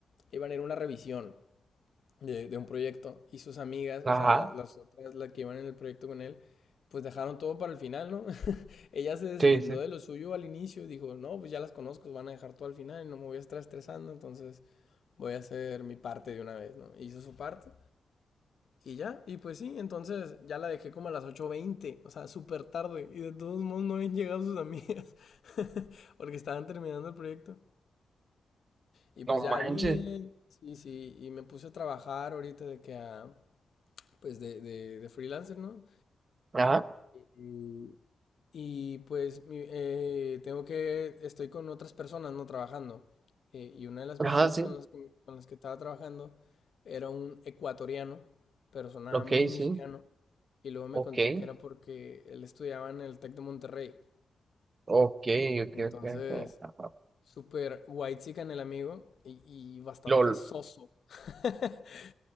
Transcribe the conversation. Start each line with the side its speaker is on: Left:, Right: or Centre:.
Left: iban a ir a una revisión de, de un proyecto y sus amigas,
Right: Ajá,
Left: o sea, la- las otras, las que iban en el proyecto con él, pues dejaron todo para el final, ¿no? <laughs> Ella se deslindó
Right: sí, sí.
Left: de lo suyo al inicio, dijo, no, pues ya las conozco, van a dejar todo al final, y no me voy a estar estresando, entonces voy a hacer mi parte de una vez, ¿no? Hizo su parte y ya, y pues sí, entonces ya la dejé como a las ocho veinte o sea, súper tarde. Y de todos modos no habían llegado sus amigas, <laughs> porque estaban terminando el proyecto. Y pues
Right: No
Left: ya
Right: manches.
Left: vine, sí, sí, y me puse a trabajar ahorita de que a, pues de, de, de freelancer, ¿no?
Right: Ajá,
Left: Y, Y pues mi- eh, tengo que, estoy con otras personas no trabajando. eh, y una de las
Right: ajá,
Left: personas
Right: sí.
Left: con las que, con las que estaba trabajando era un ecuatoriano, pero sonaba
Right: Ok,
Left: muy mexicano.
Right: sí.
Left: Y luego me
Right: Ok,
Left: contó que era porque él estudiaba en el Tec de Monterrey.
Right: ok, ok,
Left: Entonces,
Right: ok. ok, ajá.
Left: súper en el amigo y, y bastante
Right: Lol,
Left: soso. <laughs>